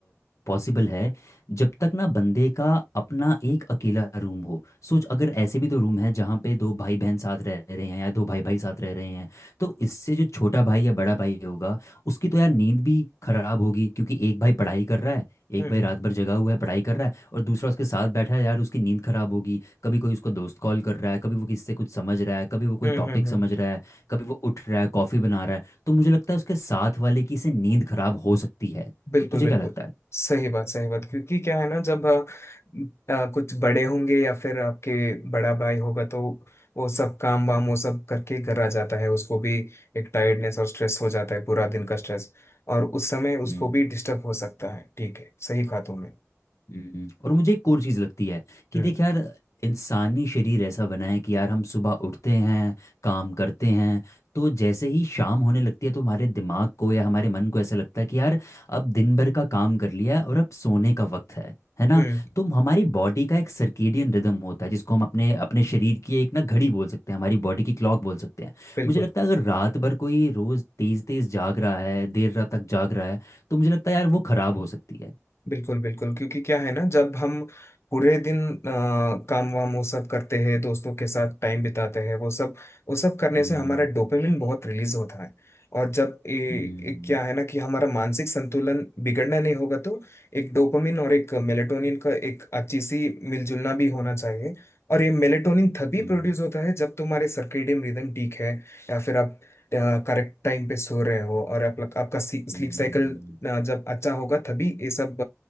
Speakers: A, on the left; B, on the left.
A: पॉसिबल है जब तक ना बंदे का अपना एक अकेला रूम हो सोच अगर ऐसे भी तो रूम है जहाँ पे दो भाई बहन साथ रह रहे हैं या दो भाई भाई साथ रह रहे हैं तो इससे जो छोटा भाई या बड़ा भाई होगा उसकी तो यार नींद भी खराब होगी क्योंकि एक भाई पढ़ाई कर रहा है एक
B: हम्म
A: भाई रात भर जगा हुआ है पढ़ाई कर रहा है और दूसरा उसके साथ बैठा है यार उसकी नींद खराब होगी कभी कोई उसको दोस्त कॉल कर रहा है कभी वो किससे कुछ समझ रहा है कभी वो कोई
B: हम्म
A: टॉपिक
B: हम्म हम्म
A: समझ रहा है कभी वो उठ रहा है कॉफ़ी बना रहा है तो मुझे लगता है उसके साथ वाले की से नींद खराब हो सकती है
B: बिल्कुल
A: कि तुझे
B: बिल्कुल
A: क्या लगता
B: सही बात सही बात क्योंकि क्या है ना जब अ, अ, कुछ बड़े होंगे या फिर आपके बड़ा भाई होगा तो वो सब काम वाम वो सब करके घर आ जाता है उसको भी एक टायर्डनेस और स्ट्रेस हो जाता है पूरा दिन का स्ट्रेस और उस समय
A: है
B: उसको भी डिस्टर्ब हो सकता है ठीक है सही कहा तुमने
A: हम्म, और मुझे एक और चीज़ लगती है कि
B: हम्म
A: देख यार इंसानी शरीर ऐसा बना है कि यार हम सुबह उठते हैं काम करते हैं तो जैसे ही शाम होने लगती है तो हमारे दिमाग को या हमारे मन को ऐसा लगता है कि यार अब दिन भर का काम कर लिया है और अब सोने का वक्त है है ना
B: हम्म
A: तो हमारी बॉडी का एक सर्केडियन रिदम होता है जिसको हम अपने अपने शरीर की एक ना घड़ी बोल सकते हैं हमारी बॉडी की क्लॉक बोल सकते हैं
B: बिल्कुल
A: मुझे लगता है अगर रात भर कोई रोज़ तेज़ तेज़ जाग रहा है देर रात तक जाग रहा है तो मुझे लगता है यार वो ख़राब हो सकती है
B: बिल्कुल बिल्कुल क्योंकि क्या है ना जब हम पूरे दिन अ, काम वाम वो सब करते हैं दोस्तों के साथ टाइम बिताते हैं वो सब वो सब करने
A: हम्म
B: से हमारा डोपामिन बहुत रिलीज होता है और जब ए,
A: हम्म
B: ए, क्या है ना कि हमारा मानसिक संतुलन बिगड़ना नहीं होगा तो एक डोपामिन और एक मेलेटोनिन का एक अच्छी सी मिलजुलना भी होना चाहिए और ये मेलेटोनिन तभी
A: हम्म
B: प्रोड्यूस होता है जब तुम्हारे सर्केडियन रिदम ठीक है या फिर आप करेक्ट टाइम पे सो रहे हो और आप, आपका स्लीप
A: हम्म
B: साइकिल ना जब अच्छा होगा तभी ये सब